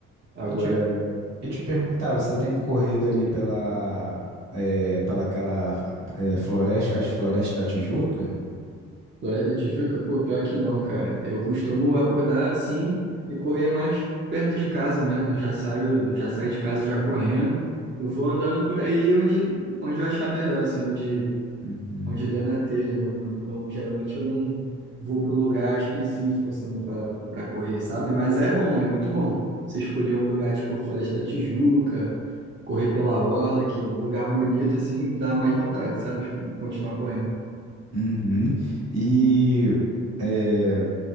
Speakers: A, on the right; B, on the right.
A: Agora.
B: E te, e te perguntar, você tem corrido ali pela, eh, pela aquela eh, floresta, as florestas da Tijuca?
A: Laje da Tijuca? Pô, pior que não, cara. Eu costumo acordar assim e correr mais perto de casa mesmo. Já saio, já saio de casa já correndo. Eu vou andando por aí onde, onde eu achar melhor, assim, onde,
B: Uhum.
A: onde der na telha. Não, não, geralmente eu não vou para um lugar específico, assim, para para correr, sabe? Mas é bom, é muito bom. Você escolher um lugar tipo Floresta da Tijuca, correr pela orla, que é um lugar bonito, assim, dá mais vontade, sabe? Tipo, continuar correndo.
B: Uhum. E eh,